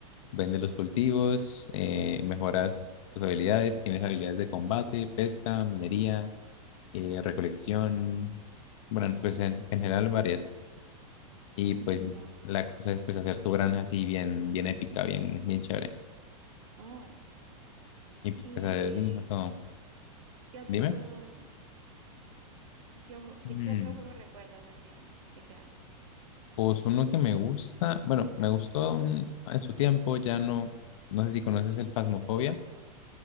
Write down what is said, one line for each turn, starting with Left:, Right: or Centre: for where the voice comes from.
Left: Vendes los cultivos, eh, mejoras tus habilidades, tienes habilidades de combate, pesca, minería, eh, recolección, bueno,
Right: ok,
Left: pues en, en general varias. Y
Right: entiendo.
Left: pues la cosa es pues hacer tu granja así bien, bien épica, bien, bien chévere.
Right: Oh,
Left: Y pues
Right: y así.
Left: hacer vino todo.
Right: ¿Qué otro
Left: Dime.
Right: juego, qué, ojo- de
Left: Mm,
Right: qué otro juego recuerdas así que sea?
Left: Pues uno que me gusta, bueno, me gustó mm, en su tiempo, ya no, no sé si conoces el Phasmophobia.